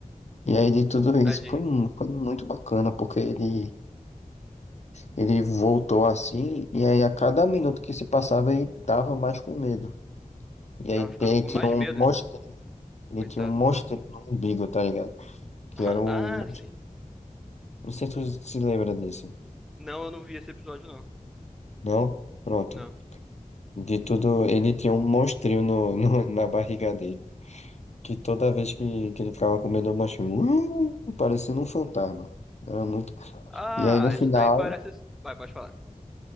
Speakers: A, on the left; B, in the centre.
A: E aí de tudo isso
B: Tadinho.
A: foi, mu- foi muito bacana, porque ele. Ele voltou assim, e aí a cada minuto que se passava ele tava mais com medo. E aí
B: Tava ficando
A: ele
B: com
A: tinha
B: mais
A: um
B: É, medo.
A: monstro, ele
B: Coitado.
A: tinha um monstro no umbigo, tá ligado? Que
B: <laughs>
A: era o.
B: Ah, é, sim.
A: Não sei se tu se lembra disso.
B: Não, eu não vi esse episódio, não.
A: Não? Pronto.
B: Não.
A: De tudo, ele tinha um monstrinho no, no- <laughs> na barriga dele. Que toda vez que, que ele ficava com medo do monstrinho, uh, parecendo um fantasma. Era muito.
B: Ah,
A: E aí no final.
B: isso daí parece. Vai, pode falar.